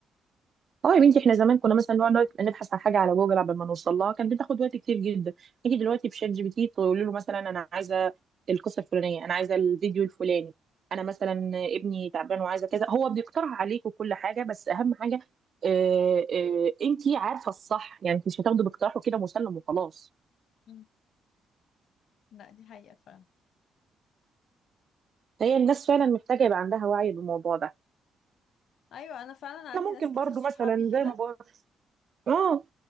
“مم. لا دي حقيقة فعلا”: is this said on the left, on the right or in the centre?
Left